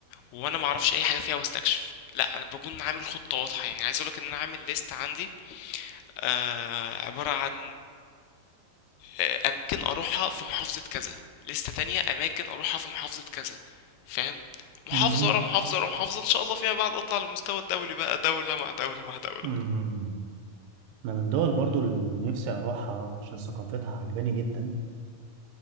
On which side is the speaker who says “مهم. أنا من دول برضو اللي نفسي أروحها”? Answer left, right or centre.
Right